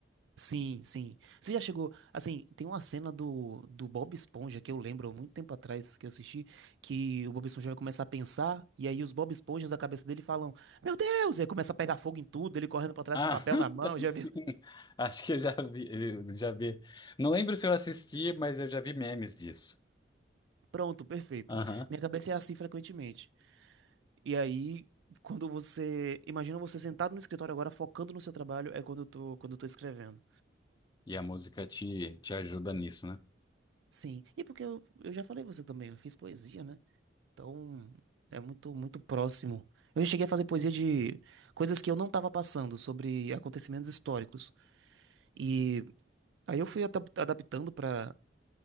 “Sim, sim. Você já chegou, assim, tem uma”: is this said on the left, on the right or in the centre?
Right